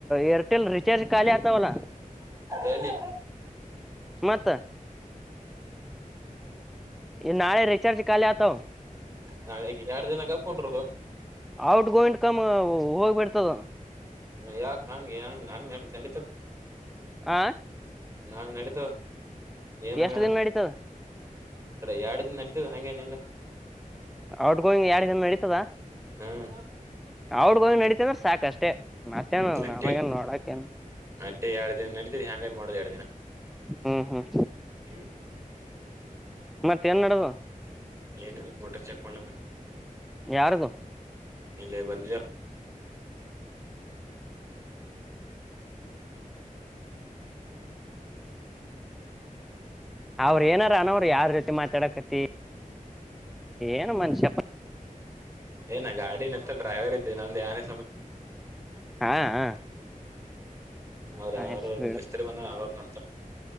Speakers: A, in the centre; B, on the right (about 20°).
A: ಏರ್ಟೆಲ್ ೀಚಾರ್ಜ್ ಖಾಲಿ ಆತವಲ್ಲ
B: ಎಲಿ
A: ಮಾತ ಇ ನಾಳೆ ರರಿಚಾರ್ಜ ಕಲ್ತ
B: ನಾಳೆೆಗೆ ಎರಡ್ ದಿನ ಕಪ್ಡರುದು
A: ಔಟ್ ಗೋಯಂಟ್ ಕಮ್ ಹೋಗ್ಬಿಡ್ತದ
B: ಯಾಕ ಹಂಗಗೆ ಹಂಗ ನಂಗ ನಡ ನಡಿತ
A: ಆಾ
B: ನಂಗ ನಡೀತವ ಏನ
A: ಎಷ್ಟ್
B: ಆಗಲ್ಲ
A: ದಿನ ನಡೀತದ
B: ಎರಡು ನಡತದ ಹಂಗೇನಿಲ್ಲ
A: ಔಟ್ ಗೋಯಿಂಗ್ ಎಡು ಜನ ನಡೀತದ
B: ಹ್ಮ್
A: ಅವಡ್ಗ ಹೋಗಿ ನಡಿತ ಅಂದ್ರ ಸಾಕಷ್ಟೇ ಮತ್ತೇನು
B: ಅಟ್ಟೆ
A: ನಮಗನ್ ನೋಡಕನು
B: ಅಟ್ಟೆ ಎರಡ್ ದಿನ ನಡೀತದೆ ಹ್ಯಾಂಗಾರ ಮಾಡೋದು ಎರಡ್ ದಿನ
A: ಹ್ಮ್ ಹ್ಮ್
B: ಹ್ಮ್
A: ಮತ್ತೆ ನ್ ನಡದು
B: ಏನಿಲ್ಲ ಮೋಟರ್ ಚೆಕ್ ಮಾಡ್ಲ
A: ಯಾರ್ದು
B: ಇಲ್ಲ ಬಂದಯ
A: ಅವ್ರ ಏನಾರ ಅನೋ್ರ ಯಾರ್ ರೀತಿ ಮಾತಾಡಕತಿ ಏನು ಮನುಷ್ಯಪ್ಪ
B: ಏನಾ ಗಾಡಿನ ಎಷ್ಟ ಡ್ರೈವರ್ ಇದ್ದೆ ನಂದು ಯಏ
A: ಹಾ ಹಾ
B: ಹ್ಮ್ ಅವ್ಯಾರರು
A: ಆಯ್ತು
B: ಬಿಸ್ತರ್ ಬಂದ ಅವ್ರು ನೋಡ್ತಾರೆ